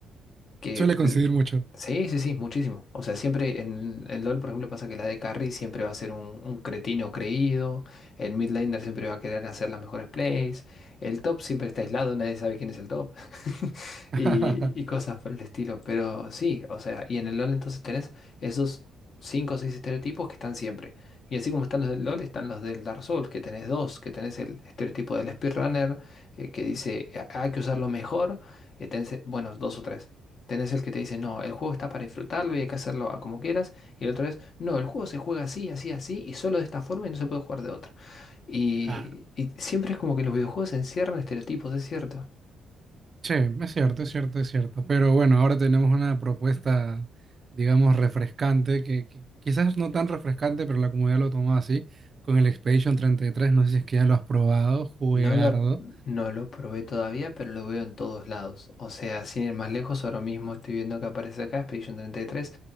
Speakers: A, on the left; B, on the right.
A: que
B: suele coincidir
A: l-
B: mucho.
A: sí, sí, sí, muchísimo. O sea, siempre en el LoL, por ejemplo, pasa que la de carry siempre va a ser un, un cretino creído. El mid laner siempre va a querer hacer las mejores plays. El top siempre está aislado, nadie sabe quién es el top. <laughs>
B: <laughs>
A: Y, y cosas por el estilo. Pero sí, o sea, y en el LoL entonces tenés esos cinco o seis estereotipos que están siempre. Y así como están los del LoL, están los del Dark Souls, que tenés dos, que tenés el estereotipo del speedrunner, eh, que dice "Ah, hay que usarlo mejor, eh, tenés, eh, bueno, dos o tres. Tenés el que te dice, no, el juego está para disfrutarlo y hay que hacerlo a como quieras. Y el otro es, no, el juego se juega así, así, así, y solo de esta forma y no se puede jugar de otra. Y,
B: Claro.
A: y siempre es como que los videojuegos encierran estereotipos, es cierto.
B: Che, es cierto, es cierto, es cierto. Pero bueno, ahora tenemos una propuesta, digamos, refrescante, que, que quizás no tan refrescante, pero la comunidad lo tomó así, con el Expedition 33. No sé si es que ya lo has probado, juegardo.
A: No lo, no lo probé todavía, pero lo veo en todos lados. O sea, sin ir más lejos, ahora mismo estoy viendo que aparece acá Expedition 33.